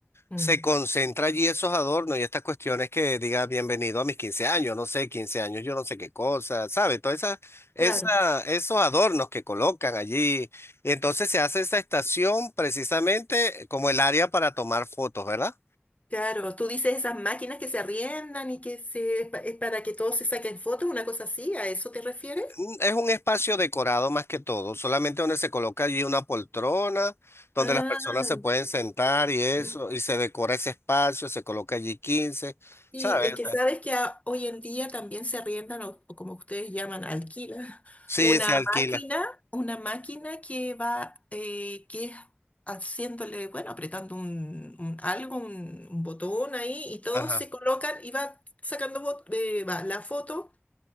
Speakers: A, on the left (about 35°); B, on the left (about 75°).
A: Mm,
B: se concentra allí esos adornos y estas cuestiones que diga bienvenido a mis 15 años, no sé, 15 años, yo no sé qué cosa, ¿sabes? Todas esas, esa-
A: Claro,
B: esos adornos que colocan allí. Y entonces se hace esa estación precisamente como el área para tomar fotos, ¿verdad?
A: claro, tú dices esas máquinas que se arriendan y que se, es pa- es para que todos se saquen fotos, una cosa así, ¿a eso te refieres?
B: Mm, Es un espacio decorado más que todo, solamente donde se coloca allí una poltrona, donde
A: Ah,
B: las personas se pueden sentar y eso,
A: ya.
B: y se decora ese espacio, se coloca allí quince
A: y
B: ¿sabes?
A: es
B: O
A: que
B: sea,
A: sabes que a- hoy en día también se arriendan, o, o como ustedes llaman, alquilan, <laughs>
B: Sí,
A: una
B: se alquila.
A: máquina, una máquina que va, eh, que es haciéndole, bueno, apretando un, un algo, un, un botón ahí, y todos
B: Ajá.
A: se colocan y va sacando bot- eh, va, la foto